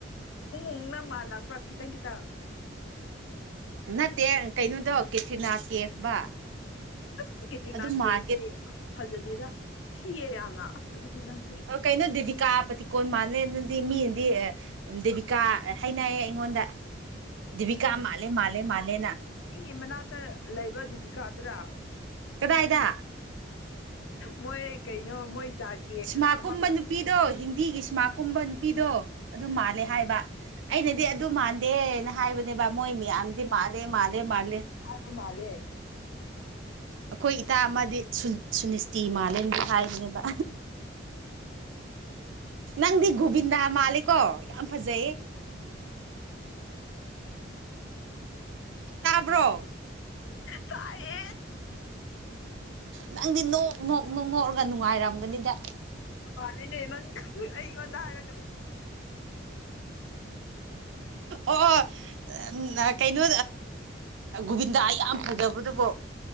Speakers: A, on the left (about 80°); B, on the right (about 80°).
A: ꯎꯡꯅꯝꯕ ꯂꯥꯛꯄ꯭ꯔꯥ ꯈꯤꯇꯪ ꯀꯈꯤꯇꯪ
B: ꯅꯠꯇꯦ ꯀꯩꯅꯣꯗꯧ ꯀꯦꯊ꯭ꯔꯤꯅꯥ ꯀꯦꯐꯕ
A: ꯑꯁ ꯀꯦꯇ꯭ꯔꯤꯅꯥ
B: ꯑꯗꯨ ꯃꯥꯟꯒꯦ
A: ꯀꯦꯁꯦ ꯑ ꯐꯖꯗꯦꯔ ꯊꯤꯌꯦ ꯌꯥꯝꯅ ꯑꯁ ꯑꯗꯨꯗꯤ ꯅꯪ
B: ꯀꯩꯅꯣ ꯗꯦꯕꯤꯀꯥ ꯄꯇ ꯀꯣꯟ ꯃꯥꯜꯂꯦ ꯑꯗꯨꯗꯤ ꯃꯤꯗꯤ ꯗꯦꯕꯤꯀꯥ ꯍꯥꯏꯅꯩꯌꯦ ꯑꯩꯉꯣꯟꯗ ꯕꯤꯀꯥ ꯃꯥꯂꯦ ꯃꯥꯂꯦ ꯃꯥꯂꯦꯅ
A: ꯏꯪꯒꯤ ꯃꯅꯥꯛꯇ ꯂꯩꯕ ꯗꯤꯕꯤꯀꯥꯗꯨꯔ
B: ꯀꯗꯥ ꯍꯥꯏꯗ
A: ꯃꯣꯏ ꯀꯩꯅꯣ ꯃꯣꯏ
B: ꯁꯤꯃꯥ
A: ꯑꯃꯝꯇꯪ
B: ꯀꯨꯝꯕ ꯅꯨꯄꯤꯗꯣ ꯍꯤꯟꯗꯤꯒꯤ ꯁꯤꯃꯥ ꯀꯨꯝꯕ ꯅꯨꯄꯤꯗꯣ ꯑꯗꯨ ꯃꯥꯜꯂꯦ ꯍꯥꯏꯕ ꯑꯩꯅꯗꯤ ꯑꯗꯨ ꯃꯥꯟꯗꯦꯅ ꯍꯥꯏꯕꯅꯦꯕ ꯃꯣꯏ ꯃꯌꯥꯝꯗꯤ ꯃꯥꯂꯦ ꯃꯥꯜꯂꯦ ꯃꯥꯜꯂꯦ
A: ꯑꯒ ꯃꯥꯂꯦ
B: ꯑꯩꯈꯣꯏ ꯏꯇꯥ ꯑꯃꯗꯤ ꯁꯨꯅꯤꯁꯇꯤ ꯃꯥꯂꯦꯝꯒꯤ ꯍꯥꯏꯕꯅꯦꯕ ꯅꯪꯗꯤ ꯒꯣꯕꯤꯟꯗꯥ ꯃꯥꯂꯦꯀꯣ ꯌꯥꯝ ꯐꯖꯩꯌꯦ ꯇꯥꯕ꯭ꯔꯣ
A: ꯇꯌꯦ
B: ꯅꯪꯗꯤ ꯅꯣꯛ ꯅꯣꯛ ꯅꯣꯛꯃꯣꯛꯑꯒ ꯅꯨꯡꯉꯥꯏꯔꯝꯒꯅꯤꯗ
A: ꯑꯅꯤꯅꯦꯃꯪ ꯑꯩꯉꯣꯟꯗ ꯍꯥꯏꯔꯛꯒꯗ
B: ꯑꯣ ꯀꯩꯅꯣ ꯒꯣꯕꯤꯟꯗꯥ ꯌꯥꯝ ꯐꯖꯕꯗꯨꯕꯣ